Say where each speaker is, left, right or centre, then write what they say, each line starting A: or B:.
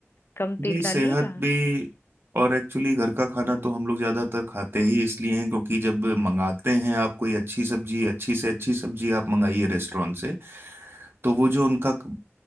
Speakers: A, on the left; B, on the right.
A: कम
B: जी
A: तेल
B: सेहत
A: डालिएगा
B: भी और एक्चुअली घर का खाना तो हम लोग ज्यादातर खाते ही इसलिए हैं क्योंकि जब मंगाते हैं आप कोई अच्छी सब्जी अच्छी से अच्छी सब्जी आप मंगाइए रेस्टोरेंट से तो वो जो उनका